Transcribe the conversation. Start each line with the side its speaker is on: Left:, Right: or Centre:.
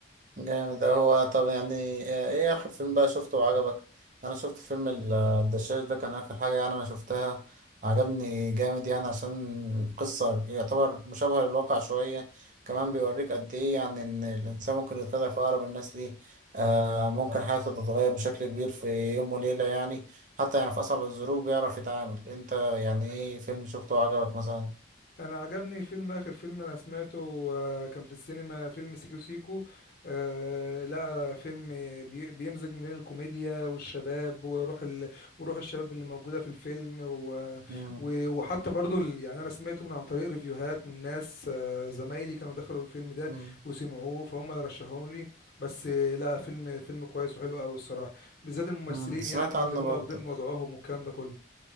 Right: جامد ده هو طب يعني آه، ايه اخر فيلم بقى شفته وعجبك انا شفت فيلم ال- الدشاش ده كان اخر حاجة يعني انا شفتها عجبني جامد يعني عشان قصة يعتبر مشابهة للواقع شوية كمان بيوريك قد ايه يعني ان الانسان ممكن يتخدع في اقرب الناس ليه آه ممكن حياته تتغير بشكل كبير في يوم وليلة يعني حتى يعني في اصعب الظروف بيعرف يتعامل انت يعني ايه فيلم شفته وعجبك مثلا
Left: انا عجبني فيلم اخر فيلم انا سمعته آه، كان في السينما فيلم سيكو سيكو آه، لا فيلم بي- بيمزج ما بين الكوميديا والشباب وروح ال... وروح الشباب اللي موجودة في الفيلم و...
Right: مم.
Left: و... وحتى برضو ال... يعني انا سمعته من عن طريق ريفيوهات من ناس آه، زمايلي كانوا دخلوا الفيلم ده
Right: مم.
Left: وسمعوه فهم رشحوه لي بس آه، لا فيلم فيلم كويس وحلو قوي الصراحة بالذات الممثلين
Right: مم. سمعت
Left: يعني
Right: عنه
Left: اللي هم
Right: برضه
Left: واخدين وضعهم والكلام ده كله